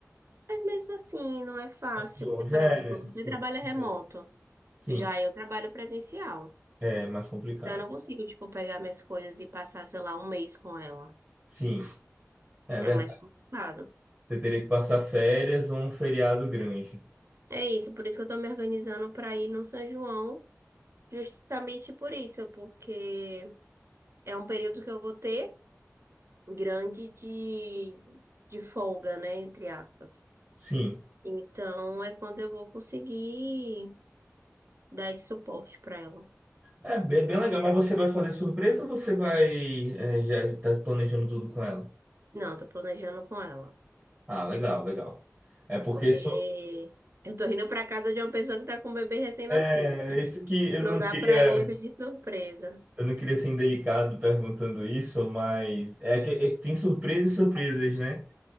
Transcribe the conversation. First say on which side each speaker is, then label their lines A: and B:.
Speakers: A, on the right; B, on the right.
A: Mas mesmo assim, não é fácil,
B: Bom,
A: porque, por
B: já
A: exemplo,
B: é, né? sim.
A: você trabalha remoto,
B: Bom, Sim,
A: já eu trabalho presencial.
B: é mais complicado.
A: Eu não consigo, tipo, pegar minhas coisas e passar, sei lá, um mês com ela.
B: Sim, é
A: É
B: verdade.
A: mais complicado.
B: Você teria que passar férias ou um feriado grande.
A: É isso, por isso que eu tô me organizando para ir no São João, justamente por isso, porque é um período que eu vou ter grande de, de folga, né, entre aspas.
B: Sim.
A: Então é quando eu vou conseguir dar esse suporte para ela.
B: É bem, bem legal, mas você vai fazer surpresa ou você vai, é, já tá planejando tudo com ela?
A: Não, tô planejando com ela,
B: Ah, legal, legal. É porque
A: porque
B: isso,
A: eu tô indo para casa de uma pessoa que tá com um bebê recém-nascido.
B: é, isso que eu
A: Não
B: não
A: dá
B: queria,
A: para ir muito de surpresa.
B: eu não queria ser indelicado perguntando isso, mas é que, é que tem surpresas e surpresas, né?